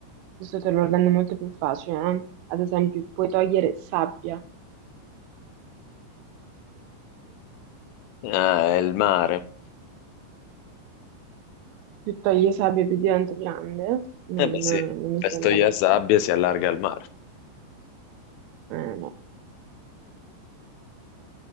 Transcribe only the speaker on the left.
Ah, è il mare.
Eh beh
sì,
beh,
se togli
la sabbia si allarga il mare.